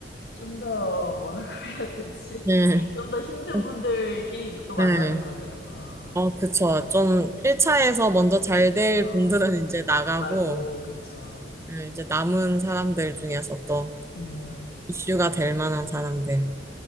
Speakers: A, on the left; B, on the right.
A: 좀 더 뭐라고 <laughs> 해야 되지?
B: 네.
A: <laughs> 좀 더 힘든
B: 어,
A: 분들끼리 또 만나는
B: 네.
A: 거네요. 아,
B: 어, 그쵸. 좀 1차에서 먼저 잘될
A: 그쵸.
B: 분들은 이제 나가고,
A: 가고, 그쵸.
B: 네, 이제 남은 사람들 중에서 또
A: 음.
B: 이슈가 될 만한 사람들.